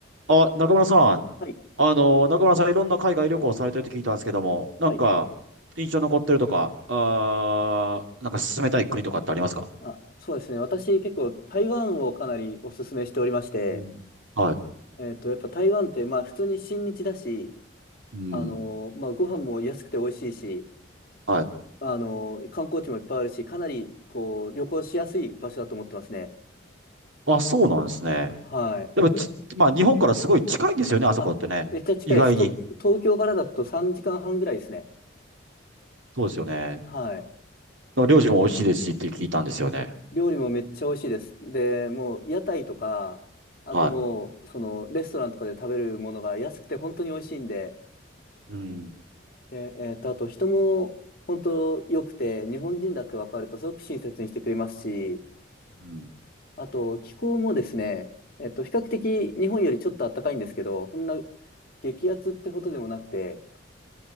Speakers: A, on the right; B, on the left.
A: あ、中村さん。
B: はい。
A: あの、中村さんいろんな海外旅行されてるって聞いたんですけども、なんか、
B: はい。
A: 印象残ってるとか、あー、なんか進めたい国とかってありますか
B: あ、そうですね。私結構台湾をかなりお勧めしておりまして、
A: うん。はい。
B: えっと、やっぱ台湾ってまあ普通に親日だし、
A: うん。
B: あのーまあご飯も安くて美味しいし、
A: はい。
B: あのー観光地もいっぱいあるし、かなりこう旅行しやすい場所だと思ってますね。
A: あ、そうなんですね。
B: はい。
A: でもち、
B: で、
A: まあ、日本からすごい近いんですよね、あそこってね。
B: あ、めっちゃ近いです。
A: 意外に。
B: と、東京からだと3時間半ぐらいですね。
A: そうですよね。
B: はい。
A: 料理も美味しいですしって聞いたんですよね。
B: で、料理もめっちゃ美味しいです。で、もう屋台とか、あともう、
A: は
B: そのレストランとかで食べるものが安くて本当に美味しいんで、
A: い。うん。
B: で、えっと、あと人も本当良くて、日本人だって分かるとすごく親切にしてくれますし、
A: うん。
B: あと気候もですね、えっと、比較的日本よりちょっと暖かいんですけど、そんな激アツってほどでもなくて、